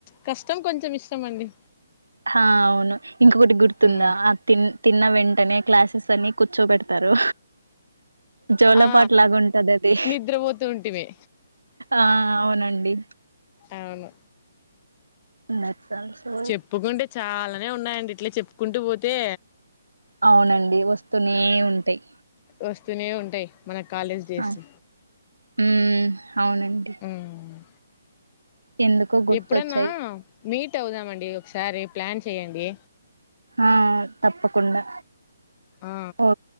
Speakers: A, on the left; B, on the right.
A: కష్టం కొంచెం ఇష్టం అండి
B: ఆ అవును ఇంకొకటి గుర్తుందా
A: ఉమ్
B: ఆ తి తిన్న వెంటనే క్లాసెస్ అన్ని కూర్చోబెడతారు జోలపాట
A: ఆ
B: లాగా ఉంటది అది
A: నిద్రపోతూ ఉంటిమి
B: ఆ అవునండి
A: అవును
B: దట్స్ ఆల్సో
A: చెప్పుకుంటే చాలానే ఉన్నాయండి ఇట్లా చెప్పుకుంటూ పోతే
B: అవునండి వస్తూనే ఉంటాయి
A: వస్తూనే ఉంటాయి మన కాలేజ్ డేసు
B: ఆ హ్మ్ అవునండి
A: హ్మ్
B: ఎందుకో గుర్తొచ్చాయి
A: ఎప్పుడన్నా మీట్ అవుదామండి ఒకసారి ప్లాన్ చేయండి
B: ఆ తప్పకుండా
A: ఆ
B: ఓ